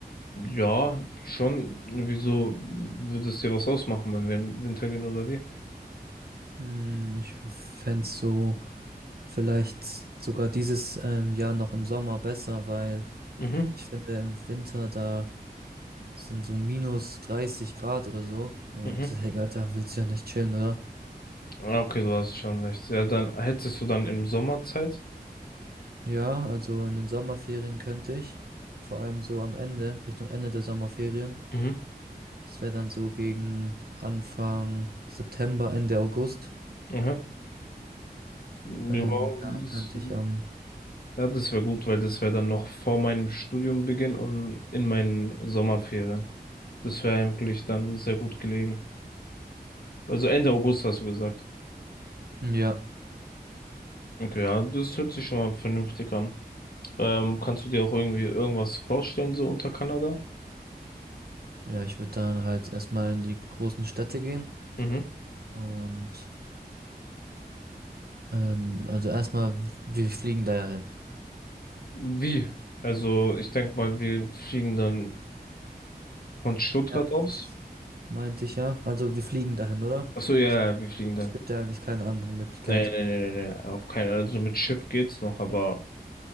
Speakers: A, on the left; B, on the right.
A: Ja, schon. Wieso würde es dir was ausmachen, wenn wir im Winter gehen oder wie?
B: Hm, ich fände so vielleicht sogar dieses ähm, Jahr noch im Sommer besser, weil
A: Mhm.
B: ich finde im Winter da sind so minus 30 Grad oder so. Und
A: Mhm.
B: <laughs> Digga, da willst du ja nicht chillen, oder?
A: Ja, Okay, du hast schon recht. Ja, dann hättest du dann im Sommer Zeit.
B: Ja, also in den Sommerferien könnte ich. Vor allem so am Ende, Richtung Ende der Sommerferien.
A: Mhm.
B: Das wäre dann so gegen Anfang September, Ende August.
A: Aha. Ja,
B: Ähm, da
A: das,
B: könnte ich am,
A: ja, das wäre gut, weil das wäre dann noch vor meinem Studiumbeginn und in meinen Sommerferien. Das wäre eigentlich dann sehr gut gelegen. Also Ende August hast du gesagt.
B: ja,
A: Okay, ja, das hört sich schon mal vernünftig an. Ähm, kannst du dir auch irgendwie irgendwas vorstellen, so unter Kanada?
B: ja, ich würde dann halt erstmal in die großen Städte gehen.
A: Mhm.
B: Und ähm, also erstmal, w- wir fliegen da ja hin.
A: Wie? Also, ich denke mal, wir fliegen dann von Stuttgart
B: Ja,
A: aus.
B: das meinte ich ja. Also wir fliegen dahin, oder?
A: Achso, ja, ja, wir fliegen dann.
B: Es gibt ja eigentlich keine andere Möglichkeit.
A: Nee, nee, nee, nee, nee, auf keinen Fall. Also mit Schiff geht's noch, aber